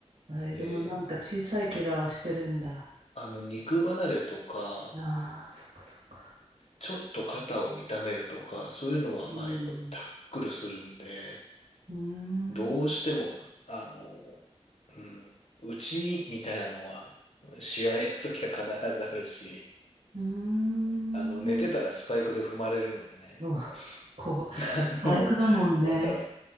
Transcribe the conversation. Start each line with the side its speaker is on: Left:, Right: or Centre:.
Right: えでもなんか小さい怪我はしてるんだ。
Left: えーあの、肉離れとか、
Right: ああ、そっかそっか。
Left: ちょっと肩を痛めるとか、そういうのは、
Right: うん。
Left: まあ、やっぱタックルするんで、
Right: うーん。
Left: どうしても、あの、うん、内身みたいなのは、試合の時は必ずあるし、
Right: うーん。
Left: あの、寝てたらスパイクで踏まれるのでね、
Right: お、こう、
Left: <laughs> あの、
Right: 体育だもんね。
Left: なんだろ